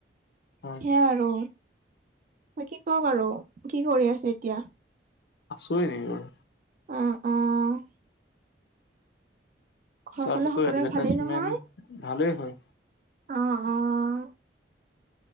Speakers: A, on the left; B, on the right.
A: হয়,
B: সেয়াই আৰু। বাকি কোৱা বাৰু, কি কৰি আছা এতিয়া?
A: আছো এনে বাৰু।
B: অ', অ'। ঘৰৰ
A: ছাৰটোতো
B: ফালে সকলোৰে
A: এডভাৰটাইজমেণ্ট
B: ভালেই নহয়?
A: ভালেই হয়।
B: অ', অ'।